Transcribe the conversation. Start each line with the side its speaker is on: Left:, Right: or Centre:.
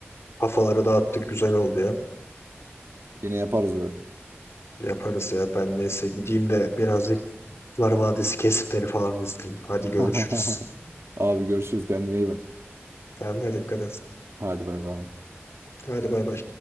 Left: Kafaları dağıttık. Güzel oldu ya.
Right: Yine yaparız böyle.
Left: Yaparız ya. Ben neyse gideyim de birazcık Kurtlar Vadisi kesitleri falan izleyeyim. Hadi görüşürüz.
Right: <laughs> Abi görüşürüz kendine iyi bak.
Left: Kendine dikkat et.
Right: Hadi bay bay.
Left: Hadi bay bay.